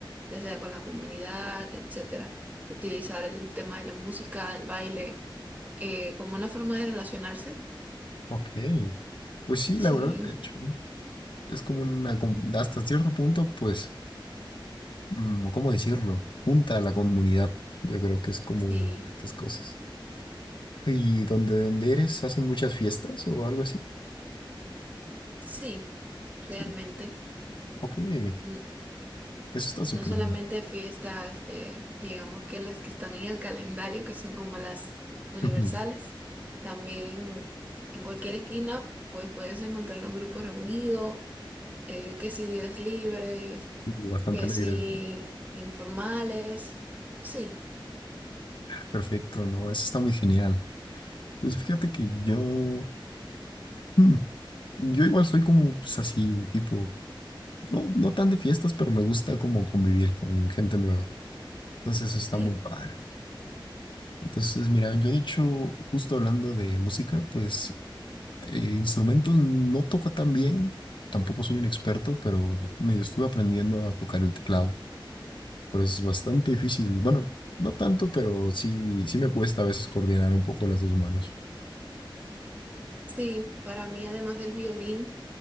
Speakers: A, on the right (about 20°); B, on the left (about 65°).
A: ya sea con la comunidad, etcétera. Utilizar el tema de la música, el baile, eh, como una forma de relacionarse.
B: ok, pues sí,
A: Sí,
B: la verdad, de hecho, ¿no? es como una, com- hasta cierto punto, pues, mm, ¿cómo decirlo? Junta a la comunidad. Yo creo que es como
A: sí,
B: estas cosas. ¿Y donde, donde eres hacen muchas fiestas o algo así?
A: sí, realmente.
B: Sí, ok, eso
A: Mm,
B: está súper
A: No solamente
B: bien.
A: fiestas, eh, digamos que las que están en el calendario, que son como las
B: <laughs>
A: universales, también en cualquier esquina, pues puedes encontrar un grupo reunido eh, que si días libres,
B: Y Bastante
A: que
B: alegre,
A: si informales. Sí,
B: perfecto, ¿no? Eso está muy genial. Pues fíjate que yo, hmm, yo igual soy como pues, así, tipo, no, no tan de fiestas, pero me gusta como convivir con gente nueva. Entonces eso está
A: sí,
B: muy padre. Entonces, mira, yo de hecho, justo hablando de música, pues eh, instrumentos no toco tan bien, tampoco soy un experto, pero medio estuve aprendiendo a tocar el teclado. Pero es bastante difícil. Bueno, no tanto, pero sí, sí me cuesta a veces coordinar un poco las dos manos.
A: sí, para mí además del violín